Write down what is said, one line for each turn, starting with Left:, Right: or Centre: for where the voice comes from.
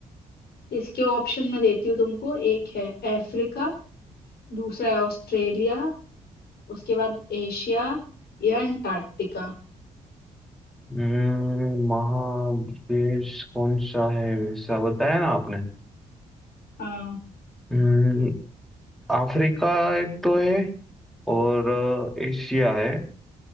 Left: इसके ऑप्शन मैं देती हूँ तुमको एक है अफ्रीका दूसरा है ऑस्ट्रेलिया उसके बाद एशिया या अंटार्कटिका
Centre: हम्म, महादेश कौन सा है वैसा बताया ना आपने
Left: हाँ
Centre: हम्म, अफ्रीका एक तो है और अ, एशिया है